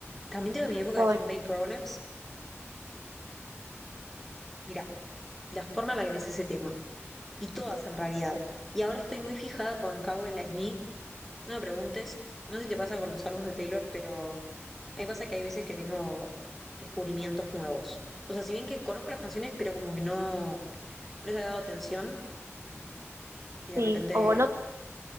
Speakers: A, in the centre; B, on the right.
A: también tuve mi época
B: Soy-
A: de Champagne Problems. Mirá, la forma en la que me hice ese tema. Y todas en realidad. Y ahora estoy muy fijada con Cowboy Like Me. No me preguntes, no sé si te pasa con los álbumes de Taylor, pero a mí me pasa que hay veces que tengo descubrimientos nuevos. O sea, si bien que conozco las canciones, pero como que no, no les había dado atención Y de
B: sí,
A: repente,
B: o no